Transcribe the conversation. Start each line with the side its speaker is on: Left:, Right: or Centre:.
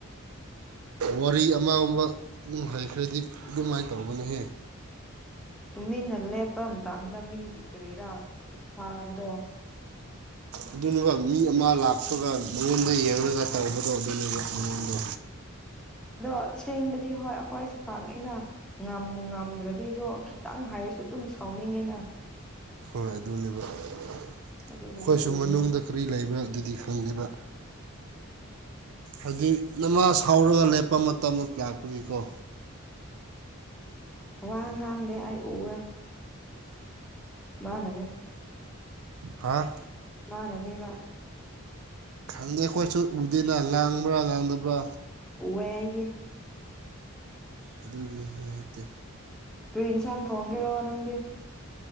Right: ꯋꯥꯔꯤ ꯑꯃꯒꯨꯝꯕ ꯑꯗꯨꯝ ꯍꯩꯈ꯭ꯔꯗꯤ ꯑꯗꯨꯃꯥꯏꯅ ꯇꯧꯕꯅꯦꯍꯦ
Centre: ꯇꯨꯃꯤꯟꯅ ꯂꯦꯞꯄ ꯃꯇꯝꯗꯃꯤꯒꯤ ꯀꯔꯥ ꯍꯥꯕꯗꯣ
Right: ꯑꯗꯨꯕ ꯃꯤ ꯑꯃ ꯂꯥꯛꯄꯒ ꯃꯉꯣꯟꯗ ꯌꯦꯡꯉꯒ ꯇꯧꯕꯗꯣ ꯑꯗꯨꯅꯦꯕ ꯃꯉꯣꯟꯗ
Centre: ꯑꯗꯣ ꯁꯦꯡꯕꯗꯤ ꯍꯣꯏ ꯑꯩꯈꯣꯏ ꯈꯥꯡꯉꯤꯅ ꯉꯝꯕꯨ ꯉꯝꯗ꯭ꯔꯗꯤ ꯑꯗꯣ ꯈꯤꯇꯪ ꯍꯥꯏꯔꯁꯨ ꯑꯗꯨꯝ ꯁꯥꯎꯅꯤꯡꯉꯦꯅ
Right: ꯍꯣꯏ ꯑꯗꯨꯅꯦꯕ ꯑꯩꯈꯣꯏꯁꯨ
Centre: ꯑꯗꯨꯕꯨꯗꯤ ꯆꯨꯝꯃꯦ
Right: ꯃꯅꯨꯡꯗ ꯀꯀ꯭ꯔꯤ ꯂꯩꯕ꯭ꯔꯥ ꯑꯗꯨꯗꯤ ꯈꯪꯗꯦꯕ ꯍꯥꯏꯗꯤ ꯅꯃꯥ ꯁꯥꯎꯔꯒ ꯂꯦꯞꯄ ꯃꯇꯝꯗ ꯂꯥꯛꯄꯒꯤꯀꯣ
Centre: ꯋꯥ
Right: ꯑꯗꯨꯅꯦ
Centre: ꯉꯥꯡꯗꯦ ꯑꯩ ꯎꯑꯦ ꯃꯥ ꯅꯅꯦ
Right: ꯍꯥꯥ
Centre: ꯃꯥꯅꯅꯦꯕ
Right: ꯈꯪꯗꯦ ꯑꯩꯈꯣꯏꯁꯨ ꯎꯗꯦꯅ ꯉꯥꯡꯕ꯭ꯔꯥ ꯉꯥꯡꯗꯕ꯭ꯔꯥ
Centre: ꯎꯌꯦ ꯑꯩꯗꯤ
Right: ꯑꯗꯨꯒꯤ ꯅꯨꯡꯉꯥꯏꯇꯦ
Centre: ꯀꯔꯤ ꯏꯟꯁꯥꯡ ꯊꯣꯡꯒꯦꯔꯣ ꯅꯪꯒꯤ